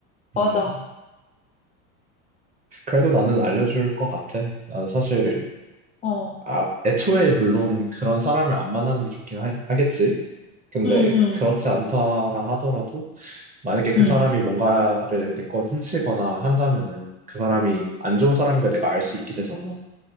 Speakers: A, on the left; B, on the right.
A: 맞아.
B: 음, 그래도 나는 알려줄 것 같아. 나는 사실,
A: 어.
B: 아, 애초에 물론 그런 사람을 안 만나는 게 좋긴 하, 겠지 근데
A: 응, 응.
B: 그렇지 않더라 하더라도 만약에 그
A: 응,
B: 사람이 뭔가를 내 걸 훔치거나 한다면은 그 사람이 안 좋은 사람인 걸 내가 알 수 있게 되잖아.